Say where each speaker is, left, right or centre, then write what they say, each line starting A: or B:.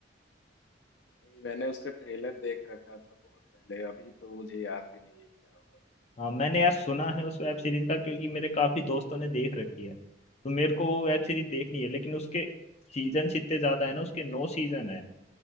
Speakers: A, on the left; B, on the left.
A: भाई मैंने उसका ट्रेलर देख रखा था बहुत पहले अभी तो मुझे याद भी नहीं है क्या हुआ
B: हाँ मैंने यार सुना है उस वेब सीरीज का क्योंकि मेरे काफी दोस्तों ने देख रखी है तो मेरे को वो वेब सीरीज देखनी है लेकिन उसके सीजन इतने ज्यादा है ना उसके नौ सीजन है